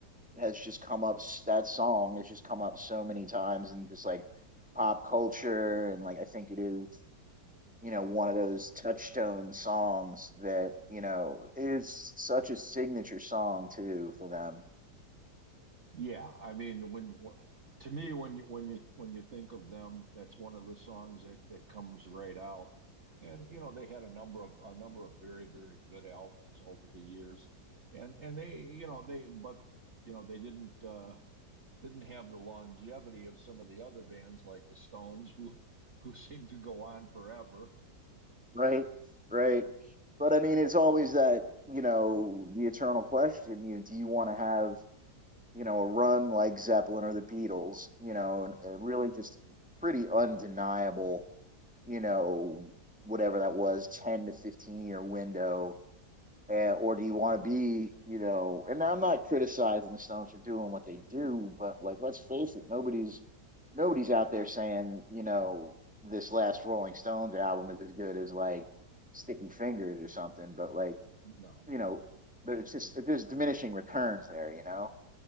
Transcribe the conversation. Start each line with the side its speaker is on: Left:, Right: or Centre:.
Centre: has just come up s- that song has just come up so many times in just like pop culture and like I think it is you know one of those touchstone songs that you know is such a signature song too for them
Right: Yeah, I mean, when wh- to me, when you when you when you think of them, that's one of the songs that that comes right out. And you know, they had a number of a number of very very good albums over the years, and and they you know they but you know they didn't uh, didn't have the longevity of some of the other bands like the Stones who who seem to go on forever.
Centre: right right but I mean it's always that you know the eternal question you know, do you want to have you know, a run like Zeppelin or the Beatles, you know, and, and really just pretty undeniable, you know, whatever that was, 10 to 15 year window. Uh, or do you want to be, you know, and I'm not criticizing the Stones for doing what they do, but like, let's face it, nobody's, nobody's out there saying, you know, this last Rolling Stones album is as good as like Sticky Fingers or something, but like,
Right: No,
Centre: you know, but it's just there's diminishing returns there, you know?